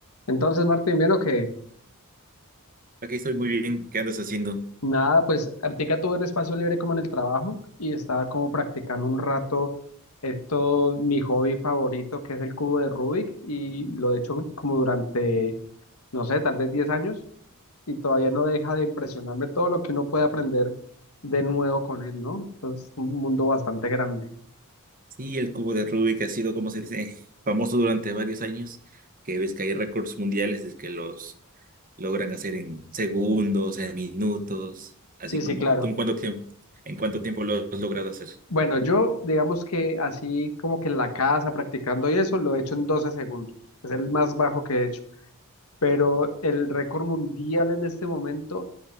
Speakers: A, on the left (about 70°); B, on the right (about 40°).
A: Entonces, Martín, bueno, que
B: Aquí estoy muy bien. ¿Qué andas haciendo?
A: nada, pues Artica tuvo un espacio libre como en el trabajo y estaba como practicando un rato esto, mi hobby favorito, que es el cubo de Rubik, y lo he hecho como durante, no sé, tal vez 10 años, y todavía no deja de impresionarme todo lo que uno puede aprender de nuevo con él, ¿no? Es un mundo bastante grande.
B: Sí, el cubo de Rubik ha sido, como se dice, <laughs> famoso durante varios años, que ves que hay récords mundiales de que los logran hacer en segundos, en minutos, así
A: Sí,
B: como
A: sí, claro.
B: tú en cuánto tiempo, en cuánto tiempo lo has logrado hacer.
A: Bueno, yo digamos que así como que en la casa practicando y eso, lo he hecho en 12 segundos. Es el más bajo que he hecho. pero el récord mundial en este momento,